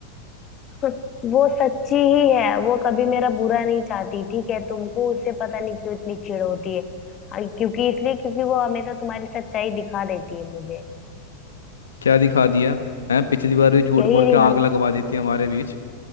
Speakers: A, on the left (about 30°); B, on the left (about 70°).
A: <laughs> वो सच्ची ही है वो कभी मेरा बुरा नहीं चाहती ठीक है तुमको उससे पता नहीं क्यों इतनी चिढ़ होती है हाँ, क्योंकि इसलिए क्योंकि वो हमेशा तुम्हारी सच्चाई दिखा देती है मुझे
B: क्या दिखा दिया है पिछली बार भी झूठ
A: यही
B: बोल
A: दिखा
B: के आग लगवा देती है हमारे बीच